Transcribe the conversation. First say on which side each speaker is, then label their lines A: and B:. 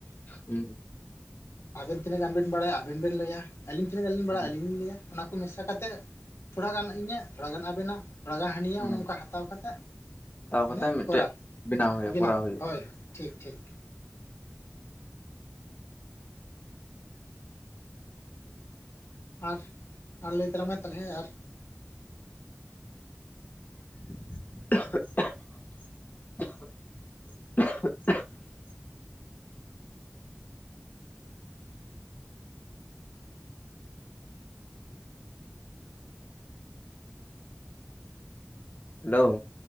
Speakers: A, on the left (about 40°); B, on the left (about 75°).
A: ᱦᱩᱸ᱾
B: ᱟᱵᱮᱱ ᱛᱤᱱᱟᱹᱜ ᱜᱟᱱ ᱵᱤᱱ ᱵᱟᱲᱟᱭᱟ ᱟᱵᱮᱱ ᱵᱮᱱ ᱞᱟᱹᱭᱟ, ᱟᱹᱞᱤᱧ ᱛᱤᱱᱟᱹᱜ ᱜᱟᱱ ᱞᱤᱧ ᱵᱟᱲᱟᱭᱟ
A: ᱦᱩᱸ
B: ᱟᱹᱞᱤᱧ ᱞᱤᱧ ᱞᱟᱹᱭᱟ᱾ ᱚᱱᱟ ᱠᱩ ᱢᱮᱥᱟ ᱠᱟᱛᱮᱜ ᱛᱷᱚᱲᱟ ᱜᱟᱱ ᱤᱧᱟᱹᱜ ᱛᱷᱚᱲᱟ ᱜᱟᱱ ᱟᱵᱮᱱᱟᱜ᱾ ᱛᱷᱚᱲᱟ ᱜᱟᱱ ᱦᱟᱹᱱᱤᱭᱟᱜ
A: ᱦᱩᱸ
B: ᱚᱱᱮ ᱚᱝᱠᱟ ᱦᱟᱛᱟᱣ ᱠᱟᱛᱮᱜ
A: ᱛᱟᱣ ᱠᱟᱛᱮᱫ
B: ᱚᱱᱮ
A: ᱢᱤᱫᱴᱮᱡ
B: ᱠᱚᱨᱟᱣ
A: ᱦᱩᱭᱩᱜᱼᱟ
B: ᱵᱮᱱᱟᱣ
A: ᱠᱚᱨᱟᱣ ᱦᱩᱭᱩᱜᱼᱟ
B: ᱦᱚᱭ ᱦᱚᱭ᱾ ᱴᱷᱤᱠ ᱴᱷᱤᱠ᱾ ᱟᱨ, ᱟᱨ ᱞᱟᱹᱭ ᱛᱟᱞᱟᱝ ᱢᱮ ᱛᱟᱞᱦᱮ ᱟᱨ᱾
A: <inaudible> ᱦᱮᱞᱳ᱾